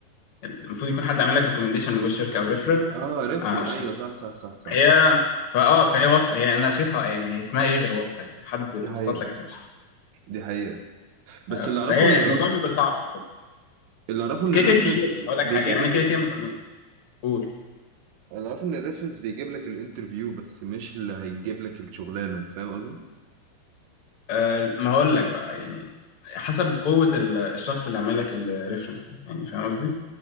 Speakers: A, on the left; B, on the right.
A: المفروض يكون حد عامل لك ريكومنديشن من جوه الشركة او ريفرال
B: اه ريفرنس
A: عشان
B: ايوه صح صح صح صح
A: هي فاه فهي واسطه هي انا شايفها يعني هي اسمها ايه غير واسطه يعني حد
B: دي
A: توسط
B: حقيقة
A: لك عشان تشتري
B: دي حقيقة بس
A: آه،
B: اللي اعرفه
A: فهي
B: ان
A: الموضوع بيبقى صعب
B: اللي اعرفه ان
A: كده
B: الريفرنس
A: كده في شغل هقول لك
B: بيجيب
A: حاجه يعني انا
B: لك
A: كده
B: انت
A: كده مت- مت- قول
B: انا عارف ان الريفرنس بيجيب لك الانترفيو بس مش اللي هيجيب لك الشغلانه فاهم قصدي
A: آه ما هقول لك بقى يعني حسب قوه ال- الشخص اللي عامل لك الريفرنس ده يعني فاهم قصدي؟